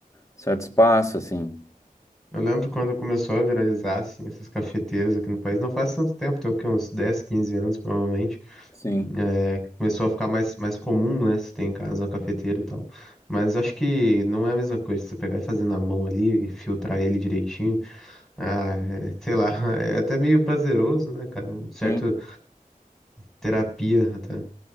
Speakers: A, on the left (about 20°); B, in the centre.
A: certo espaço, assim.
B: Eu lembro quando começou a viralizar, assim, essas cafeteiras aqui no país. Não faz tanto tempo, tem o quê? Uns dez quinze anos, provavelmente.
A: Sim,
B: É, Começou a ficar mais, mais comum, né? Se tem em casa uma cafeteira e tal. Mas acho que não é a mesma coisa você pegar e fazer na mão ali, filtrar ele direitinho. Ah, é, sei lá, <laughs> é até meio prazeroso, né, cara? Um certo
A: sim.
B: terapia até.